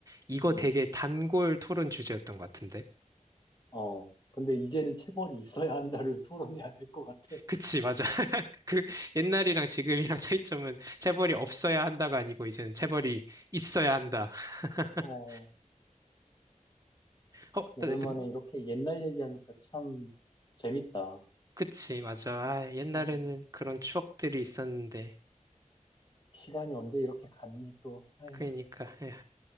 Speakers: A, on the right; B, on the left.
A: 이거
B: 음.
A: 되게 단골 토론 주제였던 것 같은데.
B: 어, 근데 이제는 체벌이 있어야 한다를 <laughs> 토론해야 될 것 같아.
A: 그치, 맞아. <laughs> 그 옛날이랑 지금이랑 <laughs> 차이점은 체벌이 없어야 한다가 아니고 이제는 체벌이 있어야 한다. <laughs>
B: 어,
A: 어,
B: 오랜만에
A: 나- 나-
B: 이렇게 옛날 얘기하니까 참 재밌다.
A: 그치, 맞아. 아, 옛날에는
B: 어,
A: 그런 추억들이 있었는데.
B: 시간이 언제 이렇게 갔니 또. 아휴,
A: 그러니까. 예.